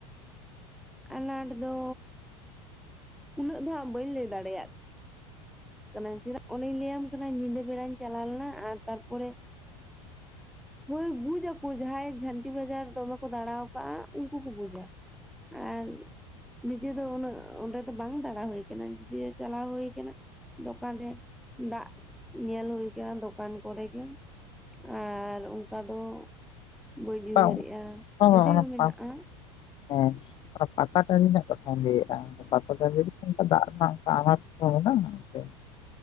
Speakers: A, in the centre; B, on the left (about 25°).
A: ᱟᱱᱟᱴ ᱫᱚ ᱩᱱᱟᱹᱜ ᱫᱚ ᱦᱟᱸᱜ ᱵᱟᱹᱧ ᱞᱟᱹᱭ ᱫᱟᱲᱮᱭᱟᱜ ᱛᱚᱵᱮᱱ ᱪᱮᱫᱟᱜ ᱚᱱᱮᱧ ᱞᱟᱹᱭᱟᱢ ᱠᱟᱱᱟ ᱧᱤᱫᱟᱹ ᱵᱮᱲᱟᱧ ᱪᱟᱞᱟᱣ ᱞᱮᱱᱟ ᱟᱨ ᱛᱟᱨᱯᱚᱨᱮ ᱾ ᱦᱳᱭ ᱵᱩᱡ ᱟᱠᱳ ᱡᱟᱦᱟᱭ ᱡᱷᱟᱹᱱᱴᱤ ᱵᱟᱡᱟᱨ ᱫᱚᱢᱮ ᱠᱚ ᱫᱟᱲᱟᱣ ᱠᱟᱜ ᱟ ᱩᱱᱠᱩ ᱠᱚ ᱵᱩᱡᱟ ᱾ ᱟᱨ ᱱᱤᱡᱮ ᱫᱚ ᱩᱱᱟᱹᱜ ᱚᱸᱰᱮ ᱫᱚ ᱵᱟᱝ ᱫᱟᱲᱟ ᱦᱳᱭ ᱠᱟᱱᱟ ᱡᱩᱫᱤᱭᱳ ᱪᱟᱞᱟᱣ ᱦᱳᱭ ᱠᱟᱱᱟ ᱾ ᱫᱚᱠᱟᱱ ᱨᱮ ᱫᱟᱜ ᱧᱮᱞ ᱦᱳᱭ ᱠᱟᱱᱟ ᱫᱚᱠᱟᱱ ᱠᱚᱨᱮᱜᱮ ᱾ ᱟᱨ ᱚᱱᱠᱟ ᱫᱚ ᱵᱟᱹᱧ
B: ᱵᱟᱝ
A: ᱩᱭᱦᱟᱹᱨᱮᱜ ᱟ
B: ᱵᱟᱝ
A: ᱡᱩᱫᱤᱭᱳ
B: ᱚᱱᱟ
A: ᱢᱮᱱᱟᱜ
B: ᱯᱟ
A: ᱟ ᱾
B: ᱦᱮᱸ ᱯᱟᱴᱟ ᱴᱟᱺᱰᱤ ᱨᱮᱱᱟᱜ ᱠᱟᱛᱷᱟᱧ ᱞᱟᱹᱭᱮᱜ ᱟ ᱾ ᱯᱟᱛᱟ ᱴᱟᱺᱰᱤ ᱨᱮᱠᱤ ᱚᱱᱠᱟ ᱫᱟᱜ ᱨᱮᱱᱟᱜ ᱚᱱᱠᱟ ᱟᱱᱟᱴ ᱠᱚ ᱢᱮᱱᱟᱜ ᱟ᱾